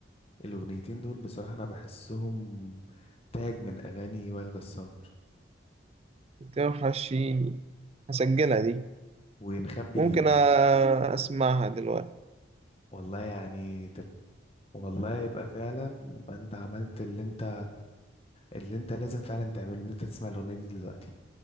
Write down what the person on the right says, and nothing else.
بتوحشيني هسجلها دي
ممكن
أ- أسمعها دلوقتي